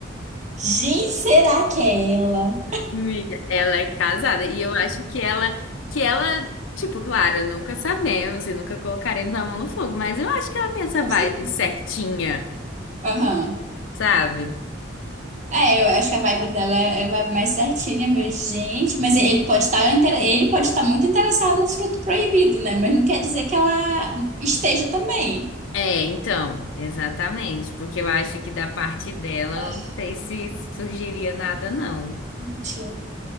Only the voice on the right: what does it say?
Gente, será que é ela?
Você?
Aham.
É, eu acho que a vibe dela é, é vibe mais certinha, meu gente. Mas ele pode estar, inter- ele pode estar muito interessado no fruto proibido, né? Mas não quer dizer que ela esteja também.
Ah,
gente, eu